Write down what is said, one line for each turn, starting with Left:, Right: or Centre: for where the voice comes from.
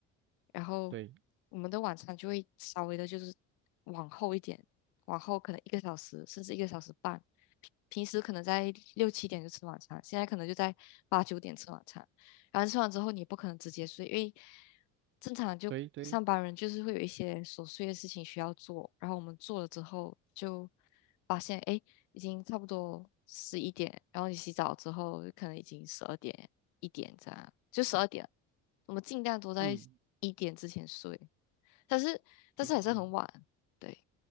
Left: 然后
Right: 对
Left: 我们的晚餐就会稍微的，就是往后一点，往后可能一个小时甚至一个小时半。平平时可能在六七点就吃晚餐，现在可能就在八九点吃晚餐。然后吃完之后，你不可能直接睡，因为正常就上班人就是会有一些琐碎的事情需要做。
Right: 对对，
Left: 然后我们做了之后，就发现哎，已经差不多十一点，然后你洗澡之后可能已经十二点，一点这样，就十二点，我们尽量都在一点之前睡，
Right: 嗯
Left: 但是但是还是很晚，
Right: 嗯，
Left: 对，